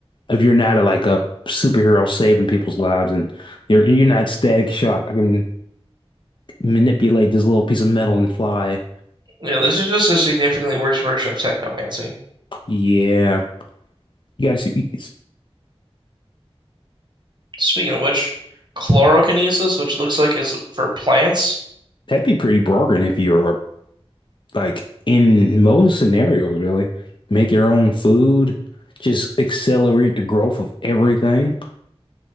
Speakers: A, on the left; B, on the right.
A: if you're not a, like a superhero saving people's lives and you're you're not Static Shock. I mean, manipulate this little piece of metal and fly.
B: Yeah, this is just a significantly worse version of technomancy.
A: Yeah, you gotta see.
B: Speaking of which, chlorokinesis, which looks like is for plants.
A: That'd be pretty broken if you were like in most scenarios, really. Make your own food, just accelerate the growth of everything.